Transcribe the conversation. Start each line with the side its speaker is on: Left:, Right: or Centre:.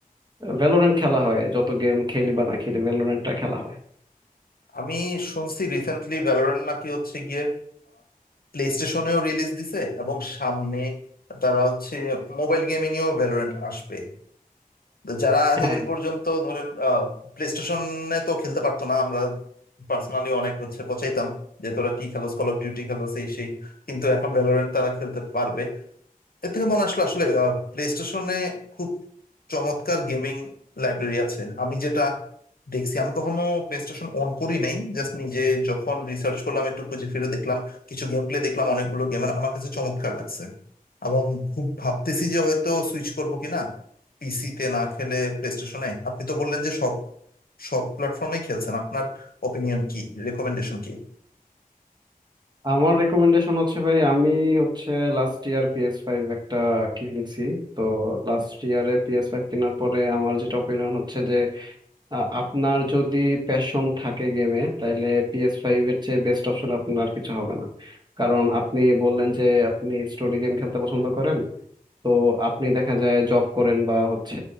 Right: ভ্যালোরেন্ট খেলা হয় যত গেম খেলি বা না খেলি ভ্যালোরেন্টটা খেলা হয়
Left: আমি শুনছি রিসেন্টলি ভ্যালোরেন্ট নাকি হচ্ছে গিয়ে প্লে স্টেশনেও রিলিজ দিছে এবং সামনে তারা হচ্ছে মোবাইল গেমিং এও ভ্যালোরেন্ট আসবে যারা এতদিন
Right: হ্যাঁ
Left: পর্যন্ত ধরেন প্লে স্টেশনে তো খেলতে পারতো না আমরা পার্সোনালি অনেক হচ্ছে পচাইতাম যে তোরা কি খেলোস কল অফ ডিউটি খেলোস এই সেই কিন্তু এখন ভ্যালোরেন্ট তারা খেলতে পারবে এর থেকে মনে আসলো আসলে প্লে স্টেশনে খুব চমৎকার গেমিং লাইব্রেরি আছে আমি যেটা দেখছি আমি কখনো প্লে স্টেশন অন করি নাই জাস্ট নিজে যখন রিসার্চ করলাম একটু খুঁজে ফিরে দেখলাম কিছু গেম প্লে দেখলাম অনেকগুলো গেম আমার কাছে চমৎকার লাগছে এবং খুব ভাবতেছি যে হয়তো সুইচ করবো কিনা পিসিতে না খেলে প্লে স্টেশনে আপনি তো বললেন যে সব সব প্ল্যাটফর্মে খেলছেন আপনার ওপিনিয়ন কি রেকমেন্ডেশন কি
Right: আমার রেকমেন্ডেশন হচ্ছে ভাই আমি হচ্ছে লাস্ট ইয়ার পিএস ফাইভ একটা কিনছি তো লাস্ট ইয়ারে পিএস ফাইভ কেনার পরে আমার যেটা অপিনিয়ন হচ্ছে আ- আপনার যদি প্যাশন থাকে গেমে তাহলে পিএস ফাইভ এর চেয়ে বেস্ট অপশন আপনার আর কিছু হবে না কারণ আপনি বললেন যে আপনি স্টোরি গেম খেলতে পছন্দ করেন তো আপনি দেখা যায় জব করেন বা হচ্ছে